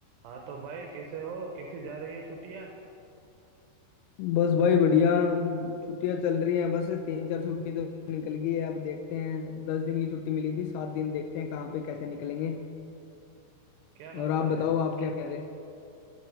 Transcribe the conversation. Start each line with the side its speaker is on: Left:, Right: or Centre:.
Right: हाँ तो भाई कैसे हो कैसी जा रही है छुट्टियाँ
Left: बस भाई बढ़िया हम- छुट्टियां चल रही हैं बस तीन चार छुट्टी तो निकल गई है अब देखते हैं दस दिन की छुट्टी मिली थी सात दिन देखते हैं कहाँ पे कैसे निकलेंगे
Right: क्या लगता
Left: और आप बताओ
Right: है
Left: आप क्या कर रहे हैं